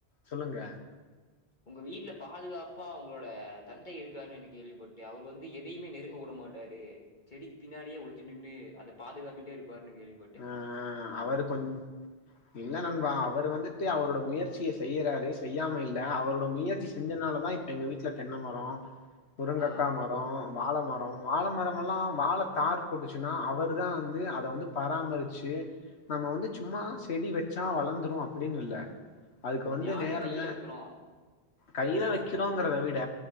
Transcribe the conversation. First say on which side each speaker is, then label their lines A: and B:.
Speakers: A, on the left (about 85°); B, on the left (about 45°).
A: சொல்லுங்க
B: உங்க வீட்ல பாதுகாப்பா அவங்களோட தந்தை இருக்காருன்னு கேள்விப்பட்டே அவர் வந்து எதையுமே நெருங்க விட மாட் ராரு செடிக்கு பின்னாடியே ஒளிஞ்சு நின்னு அதை பாதுகாத்துட்டே இருப்பார்ருனு கேள்வி ப
A: அ அவரு கொஞ் இல்ல நண்பா அவரு வந்துட்டு அவரோட முயற்சிய செய்யறாரு செய்யாம இல்ல அவரோட முயற்சி செஞ்சனாலதான் இ எங்க வீட்ல தென்ன மரோம் முருங்கக்கா
B: ஆ
A: மரோ ம் வாழ மரம் வாழ மரமெல்லாம் வாழ தார் போட்டுச்சுன்னா அவரு தான் வந்து அத வந்து பராமரிச்சு நம்ம வந்து சும்மா செடி வச்சா வளர்ந்துரும் அப்டின்னு இல்ல அதுக்கு
B: இது
A: வந்து
B: யாரு
A: நேர
B: கையில
A: நேர
B: வெக்குறோ
A: கையில வெக்கிறோங்கறத விட